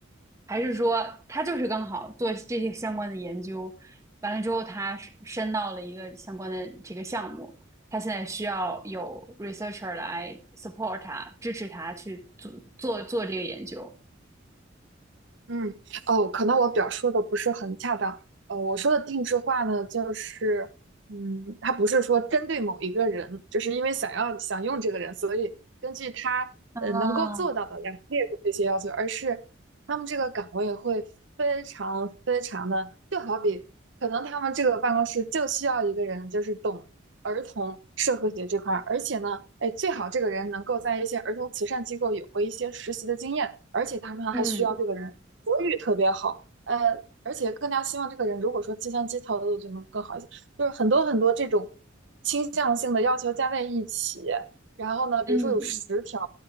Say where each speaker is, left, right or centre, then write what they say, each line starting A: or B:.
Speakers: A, on the right; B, on the right.
A: 还是说他就是刚好做这些相关的研究，完了之后他申到了一个相关的这个项目，他现在需要有 researcher 来 support 他，支持他去做做做这个研究。
B: 嗯，哦，可能我表述的不是很恰当。呃，我说的定制化呢，就是，嗯，它不是说针对某一个人，就是因为想要想用这个人，所以根据他呃能够做到的，
A: 啊，
B: 然后列入这些要求，而是他们这个岗位会非常非常的，就好比可能他们这个办公室就需要一个人，就是懂儿童社会学这块而且呢，哎，最好这个人能够在一些儿童慈善机构有过一些实习的经验，而且他们还需要这个人国语特别好，
A: 嗯
B: 呃，而且更加希望这个人如果说计算机操作就能更好一些，就是很多很多这种倾向性的要求加在一起，然后呢，比如说有十条，
A: 嗯